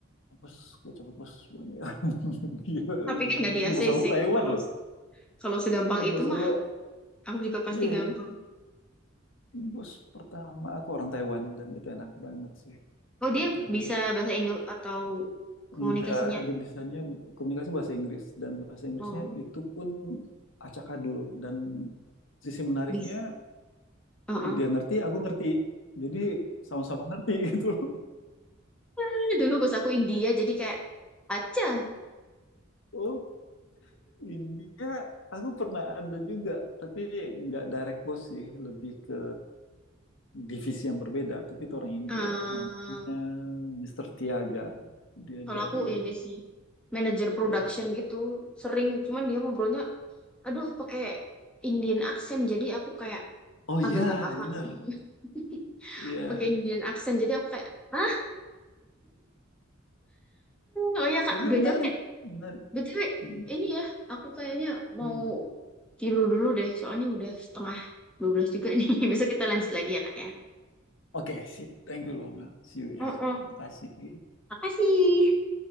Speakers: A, on the left; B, in the centre.
A: bos gue cabut bos <laughs> gila
B: Tapi
A: lu doang
B: kan nggak di
A: itu
B: ACC
A: bos aku Taiwan
B: kalau
A: loh
B: kalau segampang
A: bos
B: itu
A: aku
B: mah aku juga pasti
A: iya
B: gampang
A: bos pertama aku orang Taiwan dan itu enak banget sih
B: Oh,
A: Orang
B: dia
A: Taiwan
B: bisa bahasa Indo atau komunikasinya?
A: Enggak, dia bisanya komunikasi bahasa Inggris dan bahasa Inggrisnya
B: Oh,
A: itu pun acakadul dan sisi menariknya
B: bisa. Heeh.
A: dia ngerti, aku ngerti. Jadi sama-sama ngerti <laughs> gitu. loh.
B: <laughs> Dulu bos aku India, jadi kayak aja.
A: Oh, India aku pernah ada juga, tapi nggak direct boss sih, lebih ke divisi yang berbeda, tapi itu orang India.
B: eh
A: Namanya Mr. Tiaga. Dia
B: kalau
A: dari
B: aku ini sih manajer production
A: ya.
B: gitu, sering cuman dia ngobrolnya, aduh pakai Indian accent, jadi aku kayak
A: Oh
B: agak
A: iya,
B: gak paham.
A: bener.
B: <laughs>
A: Iya.
B: Pakai Indian accent, jadi aku kayak, ah, oh ya Kak,
A: Tapi
B: BTW,
A: menarik, menarik.
B: BTW,
A: Hmm.
B: ini ya, aku kayaknya mau
A: Hmm.
B: Tidur dulu deh, soalnya udah setengah 12 juga nih. <laughs> Besok kita lanjut lagi ya, Kak ya.
A: Oke, sip. Thank you loh, See you
B: Mm-mm.
A: ya. Makasih.
B: Makasih.